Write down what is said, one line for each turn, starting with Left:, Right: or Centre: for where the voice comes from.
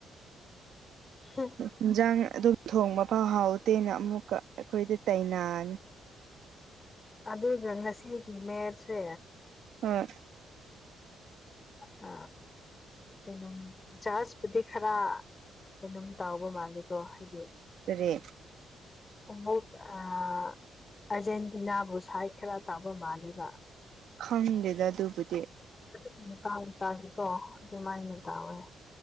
Left: ꯍꯝ
Right: ꯌꯦꯟꯁꯥꯡ ꯑꯗꯨꯝ ꯊꯣꯡꯕ ꯐꯥꯎ ꯍꯥꯎꯇꯦꯅ ꯑꯃꯨꯛꯀ ꯑꯩꯈꯣꯏꯗ ꯇꯩꯅꯅꯨ
Left: ꯑꯗꯨꯒ ꯉꯁꯤꯒꯤ ꯃꯦꯠꯁꯦ
Right: <inaudible>
Left: ꯑ ꯀꯩꯅꯣꯝ ꯖꯥꯔꯖꯄꯨꯗꯤ ꯈꯔ ꯀꯩꯅꯣꯝ ꯇꯥꯎꯕ ꯃꯥꯜꯂꯤꯀꯣ ꯍꯥꯏꯗꯤ
Right: ꯀꯔꯤ
Left: ꯐꯣꯡꯎꯣꯛ ꯑꯥꯔꯖꯦꯟꯇꯤꯅꯥꯕꯨ ꯁꯥꯏꯠ ꯈꯔ ꯇꯥꯕ ꯃꯥꯜꯂꯦꯕ
Right: ꯈꯪꯗꯦꯗ ꯑꯗꯨꯕꯨꯗꯤ
Left: ꯑꯗꯨꯕ ꯇꯥꯡ ꯇꯥꯈꯤꯀꯣ ꯑꯗꯨꯃꯥꯏꯅ ꯇꯧꯋꯦ